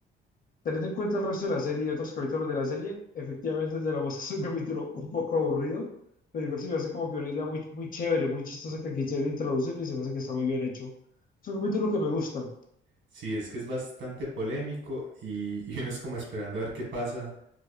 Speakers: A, on the left; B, on the right.
A: Teniendo en cuenta el resto de la serie y otros capítulos de la serie, efectivamente te lo mostraste un capítulo un poco aburrido, pero igual se me hace como que una idea muy, muy chévere, muy chistosa que quisieron introducir y se me hace que está muy bien hecho. Es un capítulo que me gusta,
B: Sí, es que es bastante polémico y, y uno es como esperando a ver qué pasa.